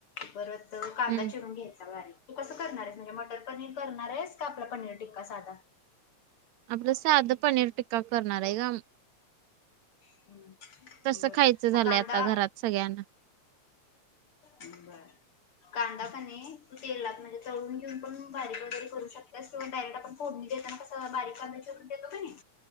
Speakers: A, on the left (about 55°); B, on the right (about 75°).
A: परत कांदा
B: हम्म
A: चिरून घ्यायचा बारीक तू कसं करणार आहेस म्हणजे मटर पनीर करणारायस का आपला पनीर टिक्का साधा
B: आपलं साधं पनीर टिक्का करणार हाय ग
A: हम् ब
B: तसं
A: बर
B: खायचं झालंय
A: म कांदा
B: आता घरात सगळ्यांना
A: ह बर कांदा कने तेला म्हणजे तळून घेऊन पण बारीक वगैरे करू शकतास किंवा डायरेक्ट आपण फोडणी <unintelligible> कसं बारीक कांदा चिरून देतो का नाही